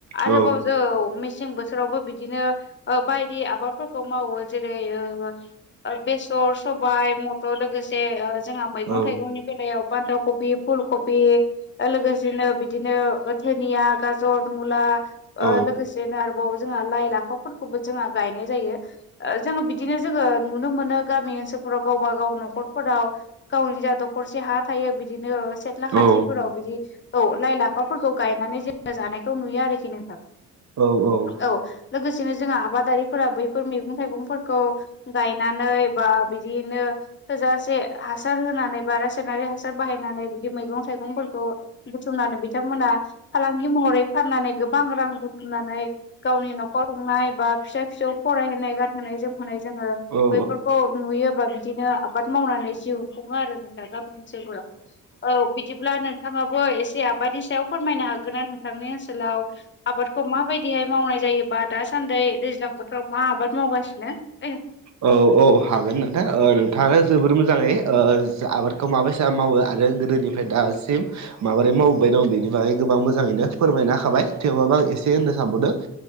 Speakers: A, on the left; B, on the right.
A: आरोबाव
B: औ
A: औ। मेस मसें बोथोरावबो बिदिनो बायदि आबादफोरखौ मावो। जेरै- बेसर, सबाइ, मथर लोगोसे जोंहा मैगं-थाइगंनि
B: औ
A: बेलायाव बान्दा कबि, फुल कबि, लोगोसेनो बिदिनो धोनिया, गाजर, मुला,
B: औ
A: लोगोसेनो आरोबाव जोंहा लाइ लाफाफोरखौबो जोंहा गायनाय जायो। जोङो बिदिनो जोङो नुनो मोनो। गामि ओनसोलफोराव गावबा गाव न'खरफोराव गावनि जा दखरसे हा थायो बिदिनो सेथ्ला खाथिफोराव
B: औ
A: बिदि औ लाइ लाफाफोरखौ गायनानै जोङो जानायखौ नुयो आरोखि नोंथां।
B: औ
A: औ लोगोसेनो जोंहा आबादारिफोरा बैफोर मैगं थाइगंफोरखौ गायनानै बा बिदिनो थोजासे हासार होनानै बा रासायनारि हासार बाहायनानै बिदि मैगं थाइगंफोरखौ बुथुमनानै बिथांमोना फालांगि महरै फाननानै गोबां रां बुथुमनानै गावनि न'खर खुंनाय बा फिसा फिसौ फरायहोनाय गानहोनाय जोमहोनाय जोङो
B: औ
A: बै खौ नुयोबा बिदिनो आबाद मावनानै जिउ खुङो आरो नोंस्रा गामि ओनसोलफोराव औ बिदिब्ला नोंथाङाबो एसे आबानि सायाव फोरमायनो हागोन ना नोंथांनि ओनसोलाव आबादखौ माबायदिहाय मावनाय जायोबा दासान्दि दैज्लां बोथोराव मा आबाद मावगासिनो। <unintelligible>
B: औ औ हागोन नोंथां नोंथाङा जोबोर मोजाङै आबादखौ माबायसा मावो आरो गोदोनि ओमफ्राय दासिम माबोरै मावबोबाय दं बेनि बागै गोबां मोजाङैनो फोरमायना होखाबाय। थेवबाबो आं एसे थ होननो सानबोदों